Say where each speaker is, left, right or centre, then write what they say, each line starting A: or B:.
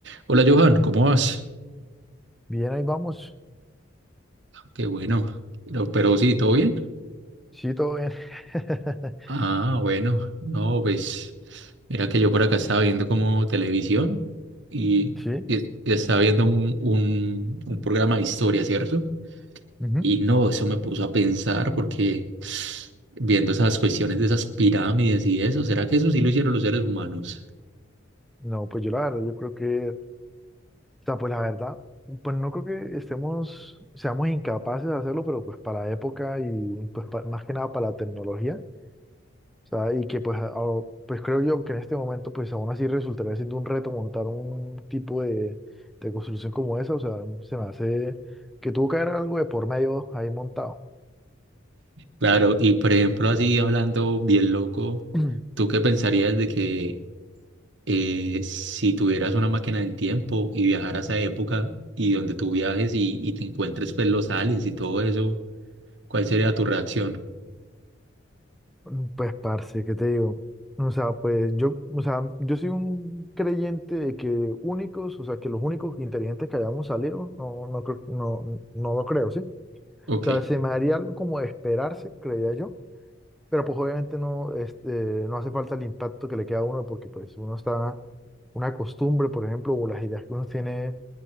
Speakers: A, on the right; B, in the centre.
A: Hola Johan, ¿cómo vas?
B: Bien, ahí vamos.
A: Ah, Qué bueno. Pero, pero sí, ¿todo bien?
B: Sí, todo bien. <laughs>
A: Ah, bueno. No, pues mira que yo por acá estaba viendo como televisión y,
B: Sí.
A: y- y estaba viendo un, un, un programa de historia, ¿cierto?
B: ujú.
A: Y no, eso me puso a pensar porque viendo esas cuestiones de esas pirámides y eso, ¿será que eso sí lo hicieron los seres humanos?
B: No, pues yo la verdad, yo creo que, o sea, pues la verdad, pues no creo que estemos, seamos incapaces de hacerlo, pero pues para la época y pues pa- más que nada para la tecnología, o sea, y que pues, a- a- pues creo yo que en este momento pues aún así resultaría siendo un reto montar un tipo de, de construcción como esa, o sea, se me hace que tuvo que haber algo de por medio ahí montado.
A: Claro, y por ejemplo, así hablando bien loco,
B: <clears throat>
A: ¿tú qué pensarías de que eh, si tuvieras una máquina del tiempo y viajaras a esa época y donde tú viajes y, y te encuentres pues los aliens y todo eso, ¿cuál sería tu reacción?
B: Mm, Pues, parce, ¿qué te digo? O sea, pues yo, o sea, yo soy un creyente de que únicos, o sea, que los únicos inteligentes que hayamos salido, no, no, creo- no, no lo creo, ¿sí?
A: Ok,
B: O sea, se me haría algo como de esperarse, creía yo, pero pues obviamente no, este, no hace falta el impacto que le queda a uno porque pues uno está, una costumbre, por ejemplo, o las ideas que uno tiene,